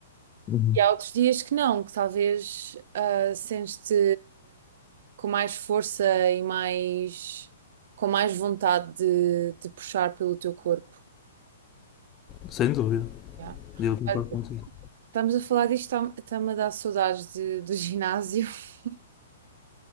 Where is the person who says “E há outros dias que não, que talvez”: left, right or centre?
Right